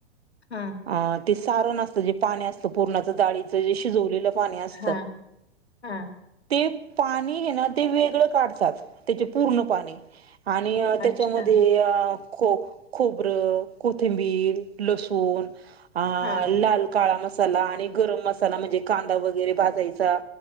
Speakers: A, on the left (about 75°); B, on the right (about 70°).
A: हं!
B: आ ते सारण असतं, जे पाणी असतं, पूरना च दाळीचं जे शिजवलेलं. पाणी असत.
A: हा हा
B: ते पाणी हे ना ते वेगळं काढतात त्याचे पूर्ण पाणी. आणि अ
A: अच्छा
B: त्याच्यामध्ये ए को खोबरं, कोथिंबीर, लसूण आ
A: हा
B: लाल काळा मसाला, आणि गरम मसाला, म्हणजे कांदा वगैरे भाजायचा